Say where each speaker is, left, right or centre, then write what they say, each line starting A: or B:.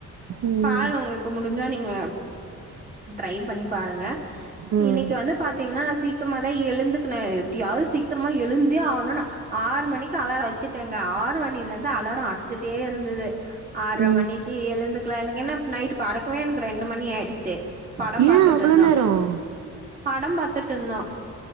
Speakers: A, on the right; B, on the right.
A: ம்
B: பாருங்க உங்களுக்கு முடிஞ்சா ங்க ட்ரை பண்ணி பாருங்க
A: ம்
B: இன்னிக்கு வந்து பாத்தீங்கன்னா சீக்கிரமாதா எழுந்துக்கனே எப்பிடியாவது சீக்கிரமா எழுந்தே ஆகணு ஆறு மணிக்கு அலாரோ வச்சிட்டேங்க ஆறு மணிலருந்து அலாரோ அடிச்சிட்டே இருந்தது ஆறரமணிக்கு
A: ம்
B: எழுந்து எனக்கென்னா நைட்டு படுக்கவே எனக்கு ரெண்டு மணி ஆயிடுச்சு படம்
A: ஏன்
B: பாத்துட்டு
A: அவ்ளோ
B: இருந்தோ
A: நேரம்
B: படம் பாத்துட்டு இருந்தோம்